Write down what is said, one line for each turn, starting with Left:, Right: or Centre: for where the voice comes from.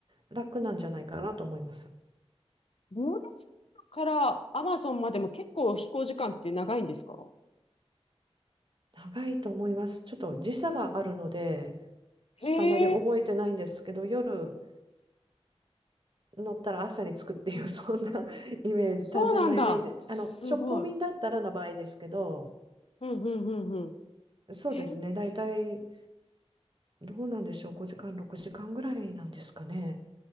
Right: 楽なんじゃないかなと思います。
Left: ボードチャンからアマゾンまでも結構飛行時間って長いんですか
Right: 長いと思います。ちょっと時差があるので、ちょっとあまり覚えてないんですけど、
Left: へえ、
Right: 夜乗ったら朝に着くっていう、<laughs> そんな <laughs> イメージ、
Left: そうなんだ。
Right: 単純なイメージ。
Left: すごい。
Right: あの、直行便だったらの場合ですけど、
Left: うんうんうん
Right: そうですね、
Left: へえ、
Right: 大体、どうなんでしょう、5時間、6時間ぐらいなんですかね。